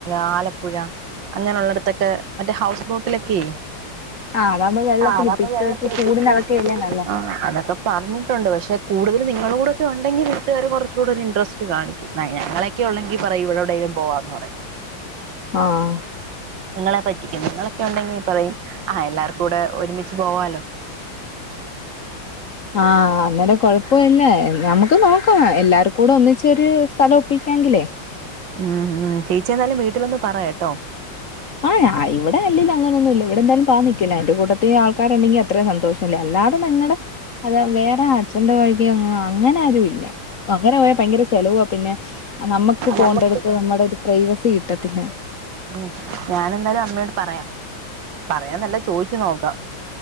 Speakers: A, on the right (about 65°); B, on the left (about 45°).
A: ആലപ്പുഴ അങ്ങനെയള്ളടത്തൊക്കെ മറ്റേ ഹൗസ് ബോട്ടിലൊക്കെ
B: ആഹ് അതാകുമ്പോ വെള്ളത്തില്
A: ആഹ് അതാമ്പൊ
B: ഇപ്പ ഇപ്പഴത്തെ
A: വെള്ളത്തിൽ
B: ചൂടിന്
A: <unintelligible>
B: അതൊക്കെയല്ലേ നല്ലത്
A: ആഹ് അതൊക്കെ പറഞ്ഞിട്ടുണ്ട് പക്ഷെ കൂടുതൽ നിങ്ങളു കൂടെ ഉണ്ടെങ്കിൽ വട്ടുകാര് കുറച്ചുകൂടി ഒരു ഇൻട്രസ്റ്റ് കാണിക്കും ഞങ്ങളൊക്കെ ള്ളെങ്കി പറയും ഇവിടെവിടെങ്കലും പോവാന്ന് പറയും.
B: ആഹ്
A: നിങ്ങളെ പറ്റിക്കും നിങ്ങളൊക്കെ ഉണ്ടെങ്കിൽ പറയും ആഹ് എല്ലാവർക്കുടെ ഒരുമിച്ച് പോവാലോ.
B: ആഹ് അന്നേരം കൊഴപ്പോയില്ല നമുക്ക് നോക്കാം എല്ലാർകൂടെ ഒന്നിച്ചൊരു സ്ഥലം ഒപ്പിക്കാങ്കിലേ
A: ംം ചേച്ചി എതായാലും വീട്ടിലൊന്ന് പറേട്ടോ?
B: ആ ഞ ഇവിടെല്ലേലും അങ്ങനൊന്നുല്ല ഇവിടെന്തായാലും പാ നിക്കില്ല എന്റെ കൂട്ടതിൽ ആൾക്കാരുണ്ടെങ്ങി അത്രേം സന്തോഷല്ലേ അല്ലാതെ നിങ്ങളുടെ അത വേറെ അച്ഛന്റെ വഴിക്കങ്ങനെ ആരൂല്ല. അങ്ങനെ പോയാ ഭയങ്കര ചെലവാ പിന്നെ നമ്മുക്ക് പോണ്ടടുത്ത്
A: നമുക്ക്
B: നമ്മുടെ ഒരു പ്രൈവസി കിട്ടത്തില്ല.
A: ഉം ഞാനെന്താലും അമ്മയോട് പറയാം. പറയാന്നല്ല ചോദിച്ചു നോക്കാം